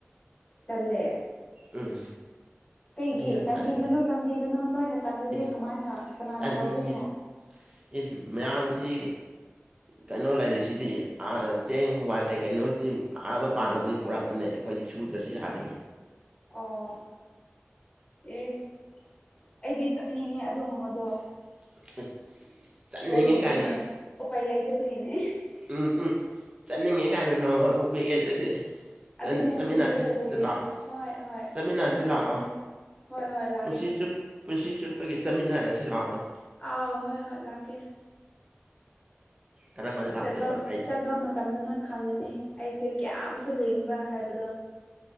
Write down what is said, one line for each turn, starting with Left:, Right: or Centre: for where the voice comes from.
Left: ꯇꯜꯂꯦ
Right: ꯎꯝ
Left: ꯀꯩꯒꯤ
Right: ꯑꯩꯗꯤ ꯌꯥꯝ
Left: ꯇꯟꯕꯤꯒꯅꯨ
Right: ꯇꯜꯂꯦ
Left: ꯇꯟꯕꯤꯒꯅꯨ ꯅꯣꯏꯅ ꯇꯟꯂꯗꯤ
Right: ꯏꯁ
Left: ꯀꯃꯥꯏꯅ ꯀꯅꯥꯅ
Right: ꯇꯥꯅꯤꯡꯉꯦ
Left: ꯇꯧꯗꯣꯏꯅꯣ
Right: ꯏꯁ ꯃꯌꯥꯝꯁꯤ ꯀꯩꯅꯣ ꯂꯩꯔꯤꯁꯤꯗꯤ ꯆꯦꯡ ꯍꯋꯥꯏ ꯀꯩ ꯀꯩꯅꯣꯁꯤ ꯑꯥ ꯃꯄꯥꯟ ꯂꯝꯅꯤ ꯄꯨꯔꯛꯄꯅꯦ ꯑꯩꯈꯣꯏꯗꯤ ꯁꯨꯗ꯭ꯔꯁꯨ ꯌꯥꯒꯅꯤ
Left: ꯑꯣ ꯏꯁ ꯑꯩꯗꯤ ꯆꯠꯅꯤꯡꯉꯦ ꯑꯗꯨꯒꯨꯝꯕꯗꯣ
Right: <inaudible> ꯆꯠꯅꯤꯡꯉꯦ
Left: ꯂꯩꯇꯕꯒꯤꯅꯦ
Right: ꯀꯥꯏꯅ
Left: ꯎꯄꯥꯏ ꯂꯩꯇꯕꯒꯤꯅꯦ
Right: ꯎꯝ ꯎꯝ ꯆꯠꯅꯤꯡꯉꯦ ꯀꯥꯏꯅ ꯅꯣꯡꯃꯥ ꯄꯨꯕꯤꯒꯦ ꯑꯗꯨꯗꯤ
Left: ꯑꯗꯨꯅꯦ
Right: ꯆꯟ ꯆꯃꯤꯟꯅꯁꯤ
Left: ꯄꯨꯕꯤꯌꯣ ꯄꯨꯕꯤꯌꯣ
Right: ꯑꯗꯨ ꯂꯥꯛꯑꯣ
Left: ꯍꯣꯏ ꯍꯣꯏ
Right: ꯆꯃꯤꯟꯅꯁꯤ
Left: ꯅꯪ ꯈꯪꯉꯅꯤ
Right: ꯂꯥꯛꯑꯣ
Left: ꯍꯣꯏ ꯍꯣꯏ ꯂꯥꯛ
Right: ꯄꯨꯟꯁꯤ ꯆꯨꯞ ꯄꯨꯟꯁꯤ ꯆꯨꯞꯄꯒꯤ ꯆꯠꯃꯤꯟꯅꯔꯁꯦ ꯂꯥꯛꯑꯣ
Left: ꯑꯥꯎ ꯍꯣꯏ ꯍꯣꯏ ꯂꯥꯛꯀꯦ
Right: ꯀꯔꯝꯕꯗ ꯂꯥꯛꯇꯣꯏꯕ
Left: ꯆꯠꯕꯝ
Right: ꯑꯩ
Left: ꯆꯠꯄ ꯃꯇꯝꯗ ꯅꯪ ꯈꯪꯉꯅꯤ ꯑꯩꯁꯦ ꯀꯌꯥꯝꯁꯨ ꯂꯤꯡꯕ꯭ꯔꯥ ꯍꯥꯏꯕꯗꯣ